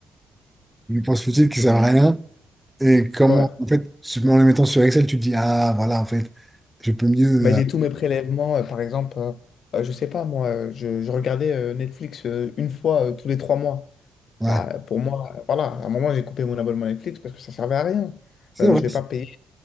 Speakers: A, in the centre; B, on the left.
A: une dépense futile qui sert à rien, et comment,
B: Ouais.
A: en fait, en les mettant sur Excel, tu te dis, ah, voilà, en fait, je peux mieux,
B: Mais
A: euh,
B: j'ai tous mes prélèvements, euh, par exemple, euh, euh, je sais pas, moi, euh, je, je regardais euh, Netflix euh, une fois euh, tous les trois mois.
A: ouais,
B: Bah, pour moi, euh, voilà, à un moment, j'ai coupé mon abonnement Netflix parce que ça servait à rien.
A: c'est
B: Euh,
A: vrai,
B: je vais pas payer.